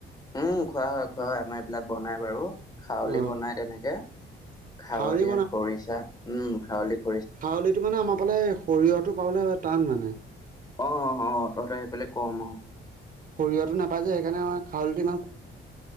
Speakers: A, on the left; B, on the right.
A: উম খোৱা হয় খোৱা হয় আমাৰ এইবিলাক বনাই বাৰু খউলি
B: অ
A: বনাই তেনেকে খাৱলীয়া
B: খাৱলি
A: খৰিচা উম খাৱলীয়া।
B: খউলিটো মানে আমাৰ পালে সৰিয়হৰটো পাবলে টান মানে
A: অ', অ তহঁতৰ সেইফেলে কম অ
B: সৰিয়হতটো নাপায় যে সেইকাৰণে আমাৰ খাউলটো ইমান